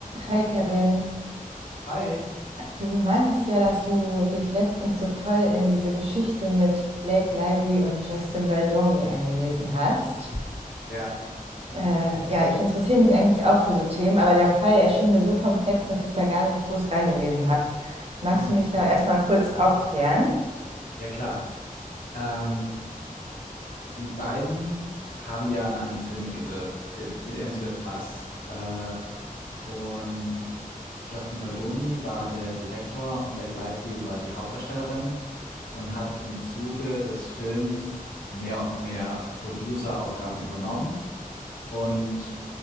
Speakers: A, on the right; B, on the left.
A: Hi Kevin,
B: Hi.
A: du meintest ja, dass du dich letztens so voll in diese Geschichte mit Blake Lively und Justin Baldoni eingelesen hast.
B: Ja,
A: Äh, ja, ich interessiere mich eigentlich auch für so Themen, aber der Fall erschien mir so komplex, dass ich da gar nicht groß reingelesen habe. Magst
B: hm,
A: du mich da erstmal kurz aufklären?
B: ja klar. Ähm, die beiden haben ja an einem Film mitgewirkt, It, It Ends With Us. Äh, und Justin Baldoni war der Direktor und Blake Lively war die Hauptdarstellerin und hat im Zuge des Films mehr und mehr Producer-Aufgaben übernommen. Und